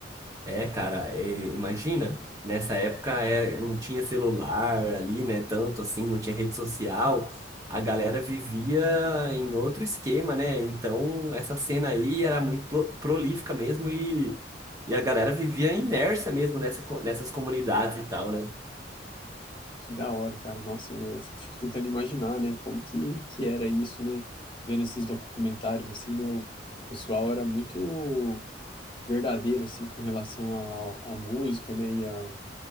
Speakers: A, on the right; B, on the left.
A: É, cara, é, imagina, nessa época é, não tinha celular ali, né? Tanto assim, não tinha rede social, a galera vivia em outro esquema, né? Então, essa cena aí era muito pro- prolífica mesmo e, e a galera vivia imersa mesmo nessa, co- nessas comunidades e tal, né?
B: Que da hora, cara. Nossa, eu, eu fico tentando imaginar, né, como que, que era isso, né? Vendo esses documentários, assim, né? O pessoal era muito verdadeiro assim com relação à à música, né, e a,